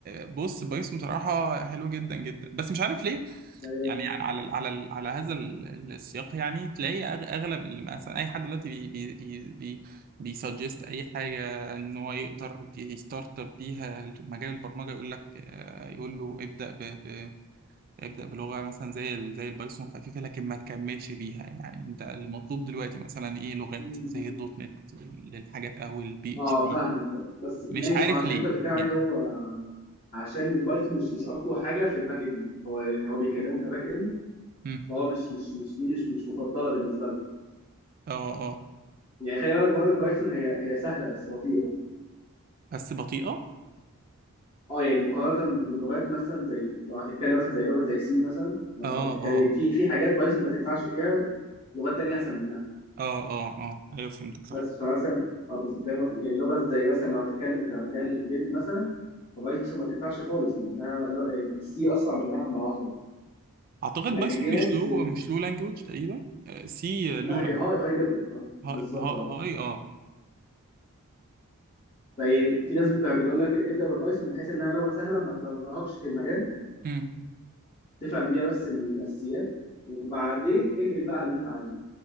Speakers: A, on the right; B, on the left.
A: بص بايثون بصراحه حلو جدا جدا بس مش عارف ليه
B: هي
A: يعني يعني على ال- على ال- على هذا ال- ال- السياق يعني تلاقي أغ- اغلب اللي مثلا اي حد دلوقتي بي بي بي بي بيسجست اي حاجه ان هو يقدر يستارت اب بيها مجال البرمجه يقول لك آه، يقول له ابدا ب ب ابدا بلغه مثلا زي ال- زي البايثون خفيفه لكن ما تكملش بيها يعني انت المطلوب دلوقتي مثلا ايه لغات
B: مم.
A: زي الدوت نت للحاجات او البي
B: اه
A: اتش
B: فاهمك
A: بي
B: بس
A: مش
B: ماشي
A: عارف
B: ما عشان
A: ليه
B: انت بتتكلم عليه
A: يعني
B: هو عشان البايثون مش مش اقوى حاجه في الباك اند هو يعني هو بيكلمه كباك اند
A: مم.
B: هو مش مش مش دي مش مش مفضله بالنسبه لهم
A: اه اه
B: يعني خلي بالك برضك بايثون هي هي سهله بس بطيئه
A: بس بطيئه
B: اه يعني مقارنة باللغات مثلا زي لو هتتكلم مثلا زي لغة زي سي مثلا لو
A: اه
B: انت بتتكلم
A: اه
B: يعني في في حاجات بايثون ما تنفعش فيها لغات تانية احسن منها
A: اه اه اه ايوه فهمتك صح
B: بس فمثلا اه بز- فاهم قصدي يعني لغة زي مثلا لو هتتكلم كمجال امبيدد مثلا فبايثون ما تنفعش خالص لانها سي اسرع منها بمراحل
A: اعتقد
B: لكن
A: بايثون
B: في ناس
A: مش لو
B: بت...
A: مش لو لانجوج تقريبا آه، سي لو
B: لا
A: لانجوج
B: هي هاي هاي ليفل
A: ها-
B: بالظبط
A: ها-
B: اه
A: هاي اه
B: فيعني في ناس بت... بتقول لك ابدا ببايثون بحيث انها لغة سهلة ما تكرهكش في المجال
A: امم
B: تفهم بيها بس الاساسيات وبعدين انقل بقى اللي انت عايزه